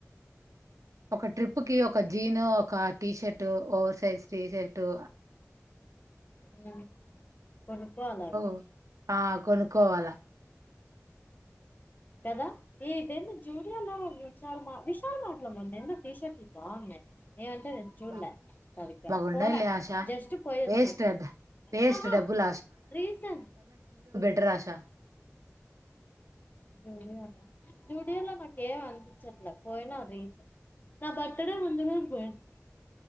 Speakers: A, on the right; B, on the left.
A: ఒక ట్రిప్ కి ఒక జీను ఒక T shirt over size T shirt
B: ఉమ్, కొనుక్కోవాలి అవి
A: ఓ ఆ కొనుక్కోవాలా
B: కదా ఇది ఏదైనా జూడియోలో చాలా మా విశాల్ మార్ట్ లో బాగుంది టీ షర్ట్లు బాగున్నాయి ఏమంటే నేను చూడలే
A: బా
B: సరిగ్గా
A: బాగుండయిలే
B: పోలే
A: ఆశ
B: జస్ట్ పోయి వచ్చేసా
A: వేస్ట్ అద్ వేస్ట్
B: హాహా
A: డబ్బులు
B: రీసన్
A: టార్ ఆశ
B: జూడియాలో జూడియాలో నాకు ఏం అనిపించట్లే పోయినా రీసెంట్ నా బర్త్డే ముందు రోజు పోయినా